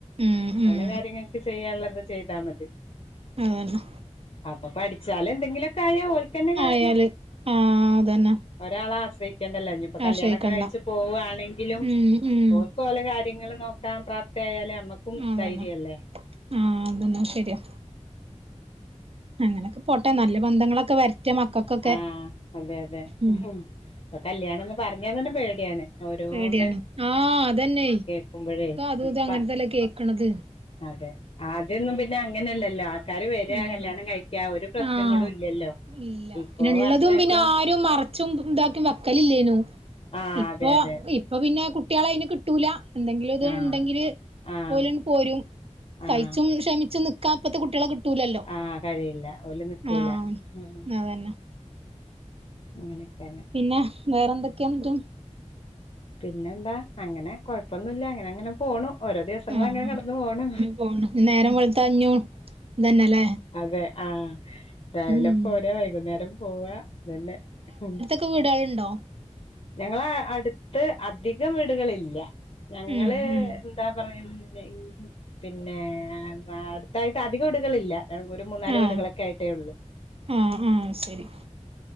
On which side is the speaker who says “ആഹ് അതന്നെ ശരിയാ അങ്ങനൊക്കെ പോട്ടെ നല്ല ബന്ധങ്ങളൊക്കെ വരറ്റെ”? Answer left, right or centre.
Right